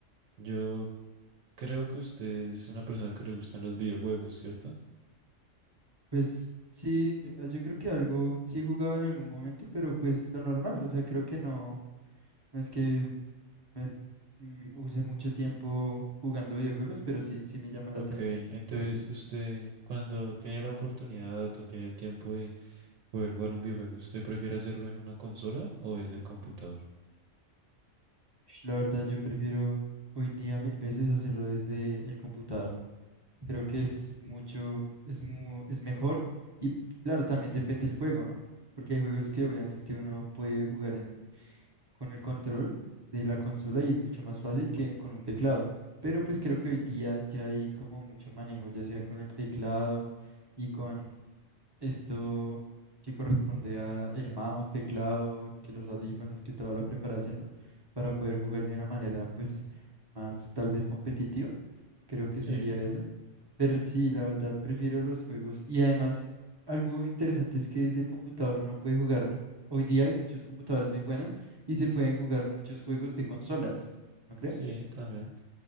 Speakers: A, on the right (about 85°); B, on the right (about 30°).
A: yo creo que usted es una persona que le gustan los videojuegos, ¿cierto?
B: Pues sí, me- ah, yo creo que algo, sí he jugado en algún momento, pero pues lo normal, o sea, creo que no, no es que me mm, usé mucho tiempo jugando videojuegos, pero sí, sí me llama la
A: Ok,
B: atención.
A: entonces
B: Porque
A: usted cuando tiene la oportunidad o tiene el tiempo de poder jugar un videojuego, ¿usted prefiere hacerlo en una consola o desde el computador?
B: la verdad yo prefiero hoy día mil veces hacerlo desde el computador. Creo que es mucho, es mu- es mejor y claro, también depende del juego, ¿no? Porque hay juegos que obviamente uno puede jugar en, con el control de la consola y es mucho más fácil que con un teclado. Pero pues creo que hoy día ya hay como mucho manejo, ya sea con el teclado y con Esto que corresponde a el mouse, teclado, que los audífonos, que toda la preparación, ¿no? Para poder jugar de una manera, pues, más tal vez competitiva. Creo que
A: Sí,
B: sería eso. Pero sí, la verdad, prefiero los juegos. Y además, algo interesante es que desde el computador uno puede jugar. Hoy día hay muchos computadores muy buenos y se pueden jugar muchos juegos de consolas. ¿No crees?
A: sí, también.